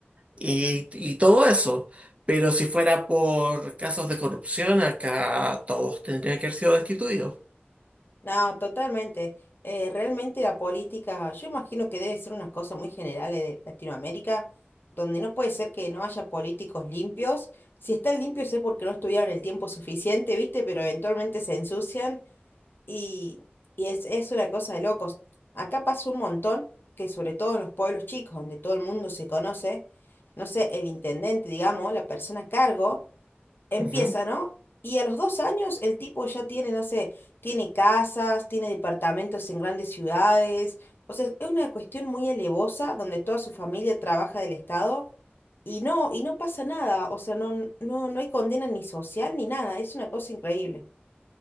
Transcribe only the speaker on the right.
y, y todo eso. Pero si fuera por casos de corrupción, acá todos tendrían que haber sido destituidos.
Ujú.